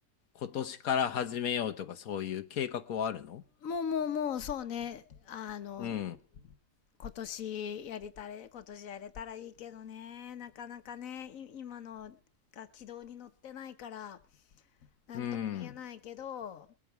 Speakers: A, on the left (about 80°); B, on the left (about 70°).
A: 今年から始めようとかそういう計画はあるの
B: もうもうもうそうねあの
A: うん。
B: 今年やれたら、今年やれたらいいけどね、なかなかね、今のが軌道に乗ってないから、なんとも言えないけど、
A: うん。